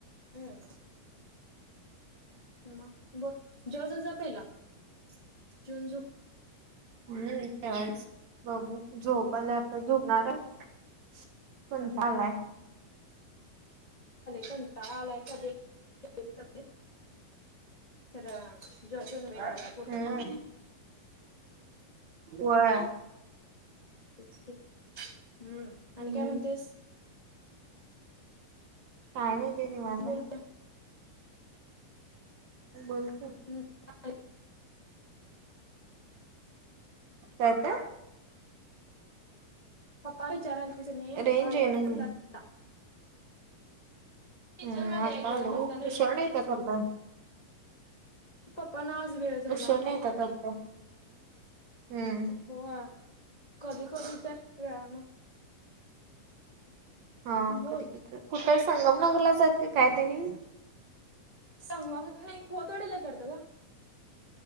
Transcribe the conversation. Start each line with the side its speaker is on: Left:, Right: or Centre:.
Left: हम्म मग बघ जेवजो जा पहिला. <unintelligible>
Right: हम्म. बघू झोप‌ आल्या, आता झोपणार आहे. कोणता आलाय?
Left: कंटाळ आलाय कधी <unintelligible> खरं. जॉनसन बेकला
Right: काय
Left: पोटात
Right: हम्म. व्हयं
Left: हम्म तेच की हम्म आणि
Right: हम्म..
Left: काय म्हणतेस
Right: काय नाही बाई निवांत
Left: बोल
Right: आहे.
Left: की
Right: बोलतोय.
Left: ह. <unintelligible>
Right: काय ते.
Left: पप्पा विचारालतीस नी
Right: रेंज
Left: पप्पा आल्यात
Right: येईना झाल्या
Left: म्हणलात. किचन
Right: हम्.
Left: मध्ये
Right: आता
Left: आहे ग
Right: आलो
Left: म्हणताना
Right: उशिरन येतेस वाटत‌.
Left: पप्पा ना आज वेळ झाला
Right: उशिरण येत्यात वाटतं हम्म.
Left: होय कधी-कधी तर श्त्रयानं
Right: हा
Left: बोल
Right: कधी <unintelligible> कुठं संगम नगरला जात का काय त्यानी?
Left: संगम नाही खोत वडीला करतय वा.